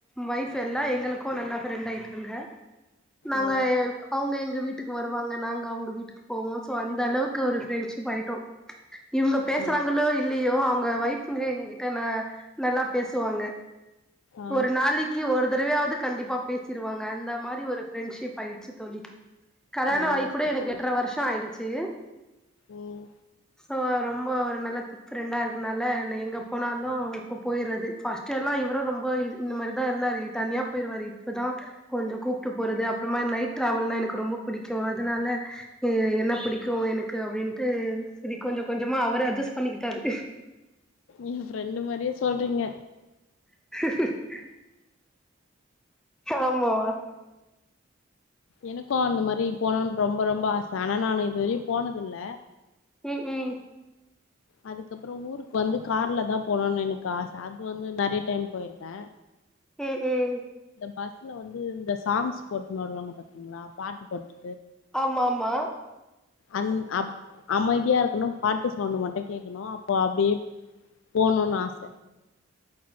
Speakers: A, in the centre; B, on the left.
A: வைஃப் எல்லா எங்களுக்கு நல்லா ஃப்ரெண்ட் ஆயிட்டாங்க நாங்க
B: ஓ
A: அவுங்க எங்க வீட் டுக்கு வருவாங்க நாங்க அவங்க வீட்டுக்கு போவோ சோ அந்த அளவுக்கு ஒரு ஃப்ரெண்ட்ஷிப் ஆயிட்டோ இவங்க பேசுறாங்களோ
B: ஓ
A: இல்லியோ அங் உங்க வயசுலே எங்க கிட்ட நா நல்லா பேசுவாங்க
B: ஆ
A: ஒரு நாளிக்கு ஒரு தரவயாது கண்டிப்பா பேசிருவாங்க அந்த மாரி ஒரு ஃப்ரெண்ட்ஷிப் ஆயிட்ச்சி தோழி கல்யாணோ
B: ஓ
A: <unintelligible>
B: சரிங்க
A: எனக்கு எட்ர வர்ஷோ ஆ என்ன செய்ய
B: ம்
A: சோ ரொம்ப ஒரு நல்லா திப்ரெண்டா இருகுனால நா எங்க போனாலு இப்ப பொய்றது ஃபர்ஸ்ட் எல்லா இவரு ரொம்ப இந்த மாரி தா இருந்தாரு தனியா பொயிருவாரு இப்பதா கொஞ்ஜோ கூப்ட்டு போறது அப்றமா நைட் ட்ரவல்னா எனக்கு ரொம்ப புடிக்கு அதனால ஏ என்ன புடிக்கு எனக்கு அப்டின்னு சரி கொஞ்ஜ கொஞ்ஜமா அவர அட்ஜஸ் பண்ணிக்கிட்டாரு
B: ஏன் ஃப்ரெண்டு மாரியே சொல்றிங்க
A: <inaudible> ஆமா
B: எனக்கோ அந்த மாரி போனான் ரொம்ப ரொம்ப ஆச ஆனா நானு இதுவரையு போனது இல்ல
A: ம் ம்
B: அதுக்கப்றம் ஊருக்கு வந்து கார்ல தா போணுன் எனக்கு ஆச அது வந்து நெறய டைம் போய்ருக்க
A: ம் ம்
B: பஸ்ல வந்து இந்த சாங்ஸ் போட்னு வருவாங்க பாத்தீங்ளா பாட்டு போட்டு
A: ஆமா ஆமா
B: அந் அப் அமைதியாருக்குணு பாட்டு சவுண்ட் மட்டு கேக்குணு அப்போ அப்டியே போணுன் ஆச